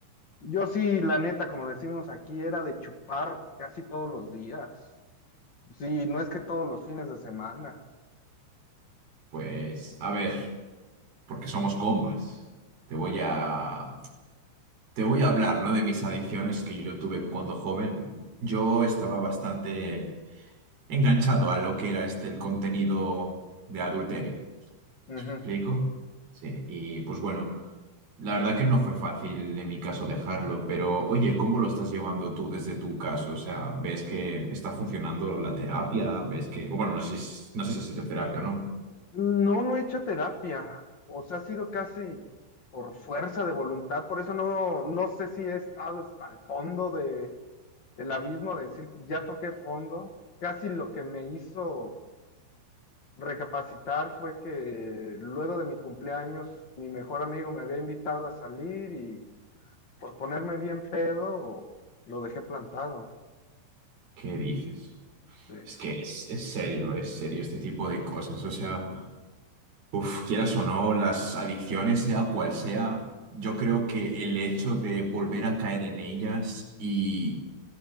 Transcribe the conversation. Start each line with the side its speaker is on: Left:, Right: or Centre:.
Left: yo sí, la neta, como decimos aquí, era de chupar casi todos los días. Sí, no es que todos los fines de semana.
Right: Pues a ver, porque somos combas. Te voy a te voy a hablar, ¿no? De mis adicciones que yo tuve cuando joven. Yo estaba bastante enganchado a lo que era este el contenido de adulterio. ¿Me
Left: Ujú.
Right: ¿Explico? Sí, y pues bueno, la verdad que no fue fácil en mi caso dejarlo, pero oye, ¿cómo lo estás llevando tú desde tu caso? O sea, ¿ves que está funcionando la terapia? ¿Ves que, bueno, no sé, si- no sé si ha sido terapia o no?
Left: No, no he hecho terapia. O sea, ha sido casi por fuerza de voluntad. Por eso no, no sé si he estado hasta el fondo de el abismo, de decir, ya toqué fondo. Casi lo que me hizo recapacitar fue que luego de mi cumpleaños, mi mejor amigo me había invitado a salir y por ponerme bien pedo, lo dejé plantado.
Right: ¿Qué dices?
Left: Sí, eh,
Right: Es que es, es serio, es serio este tipo de cosas. O sea, uf, quieras o no, las adicciones, sea cual sea, yo creo que el hecho de volver a caer en ellas y,